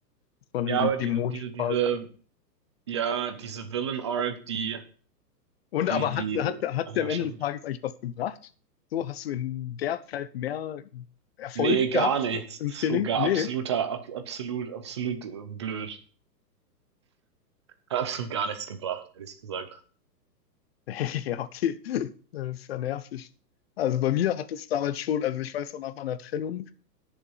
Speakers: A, on the left; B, on the right.
A: Das war
B: Ja,
A: eine
B: aber
A: dämonische
B: diese, diese, diese,
A: Phase.
B: ja, diese Villain-Arc, die,
A: Und
B: die,
A: aber
B: die,
A: hat hat hat's
B: ach
A: dir
B: ja,
A: am Ende
B: schon.
A: des Tages eigentlich was gebracht? So, hast du in der Zeit mehr Erfolg
B: Nee, gar
A: gehabt
B: nichts.
A: im
B: Das
A: Training?
B: ist Sogar
A: Nee.
B: absoluter, ab, absolut, absolut äh, blöd. Hat absolut gar nichts gebracht, ehrlich gesagt.
A: <laughs> Ja, okay. Das ist ja nervig. Also bei mir hat es damals schon, also ich weiß noch, nach meiner Trennung